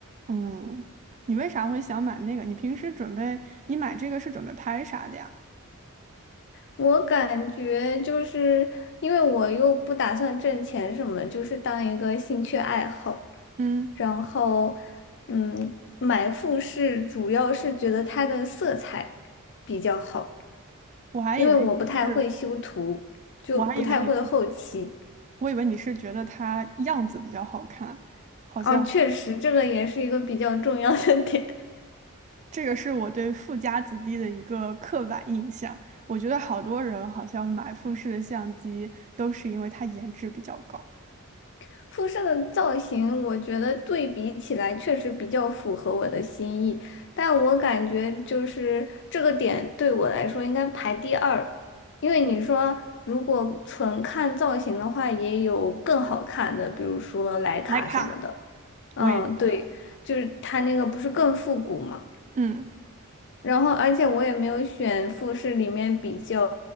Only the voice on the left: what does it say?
我感觉就是因为我又不打算挣钱什么的，就是当一个兴趣爱好，
然后嗯，买富士主要是觉得它的色彩比较好，
因为我不太会修图，就不太会后期。
哦，确实，这个也是一个比较重要的点。
<laughs> 复射的造型，我觉得对比起来确实比较符合我的心意，但我感觉就是这个点对我来说应该排第二，因为你说如果纯看造型的话，也有更好看的，比如说徕卡什么的。
嗯，
对，就是它那个不是更复古嘛。
然后，而且我也没有选富士里面比较